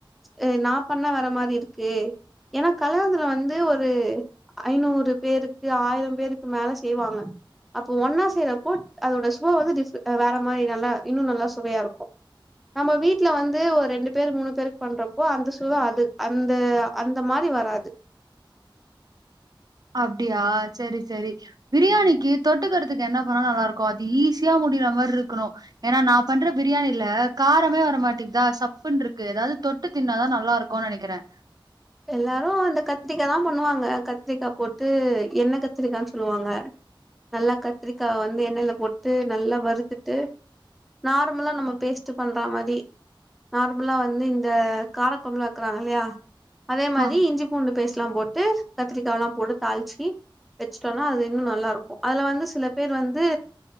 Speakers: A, in the centre; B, on the right.
A: அ நா பண்ணா வேற மாரி இருக்கு ஏனா கல்யாணதுல வந்து ஒரு ஐநூறு பேருக்கு ஆயிரம் பேருக்கு மேல செய்வாங்க அப்போ ஒன்னா செய்யறப்போ அதோட சுவ வந்து டிஃப் அ வேற மாரி நல்லா இன்னு நல்லா சுவையா இருக்கு நம்ம வீட்டுல வந்து ஒ ரெண்டு பேர் மூணு பேருக் பண்றப்போ அந்த சுவ அது அந்த அந்த மாரி வராது
B: அப்டியா சரி சரி பிரியாணிக்கு தொட்டுக்கறதுக்கு என்ன பண்ணா நல்லாருக்கு அது ஈஸியா முடியுற மார்ருக்கணு ஏன்னா நா பண்ற பிரியாணில காரமே வரமாட்டிக்தா சப்புன்றுக்கு எதாவ்து தொட்டு தின்னாதா நல்லா இருக்குன் நெனைக்கிறே
A: எல்லாரு இந்த கத்திரிக்காதா பண்ணுவாங்க கத்திரிக்கா போட்டு எண்ணெ கத்திரிக்கானு சொல்லுவாங்க நல்லா கத்திரிக்காவ வந்து எண்ணெயில போட்டு நல்லா வறுத்துட்டு நார்மலா நம்ம பேஸ்ட் பண்ற மாரி நார்மலா வந்து இந்த காரக்கொழம்புல க்றாங்க இல்லயா அதே மாதி
B: ஆ
A: இஞ்சி பூண்டு பேஸ்ட்லா போட் ட்டு கத்திரிக்காலா போட்டு தாளிச்சி வச்சுட்டோன அது இன்னு நல்லா இருக்கு அதுல வந்து சில பேர் வந்து